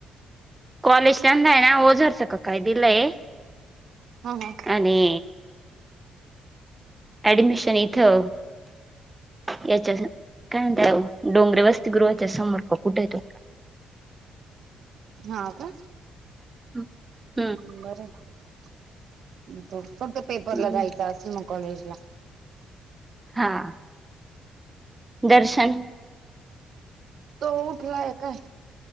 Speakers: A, on the right (about 15°); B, on the right (about 65°).
A: कॉलेज टाइमला आहे ना ओझारसक काय दिलाय.
B: हा हा.
A: आणि ऍडमिशन इथं याच्या काय म्हणताय हो डोंगरे वस ते गृहाचा समर्क कुठे आहे तु?
B: हा का?
A: <inaudible>
B: हम्म बरं फक्त पेपरला
A: हम्म
B: जायचं असेल मग कॉलेजला.
A: हा. दर्शन
B: तो उठलाय काय